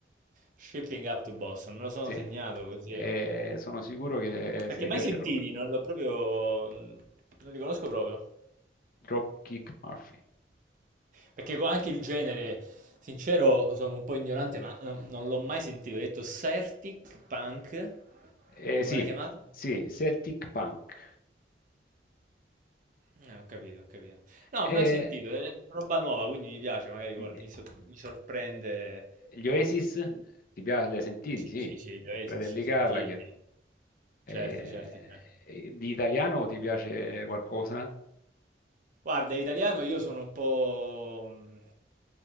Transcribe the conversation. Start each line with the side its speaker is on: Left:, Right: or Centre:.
Right: Shipping up to Boston, me lo sono
Left: Sì,
Right: segnato così.
Left: e
Right: è-
Left: sono sicuro che
Right: Perché
Left: se ti
Right: mai
Left: piace
Right: sentiti,
Left: il rock.
Right: non l'ho proprio... Non li conosco proprio.
Left: Dropkick Murphy.
Right: Perché co- anche il genere, sincero, sono un po' ignorante, ma eh, non l'ho mai sentito. Ho detto Certic Punk,
Left: Eh,
Right: come
Left: sì,
Right: l'hai chiamata?
Left: sì, Celtic punk.
Right: Eh, ho capito, ho capito. No,
Left: E
Right: mai sentito, è roba nuova, quindi mi piace, magari guard-
Left: gli
Right: mi, so- mi sorprende
Left: gli Oasis, ti piace, li hai sentiti?
Right: Sì,
Left: Sì,
Right: sì, sì, lei
Left: Fratelli
Right: si si sentì
Left: Gallagher. Eh,
Right: certo, certo, certo.
Left: e di italiano ti piace qualcosa?
Right: Guarda, italiano io sono un po', mh,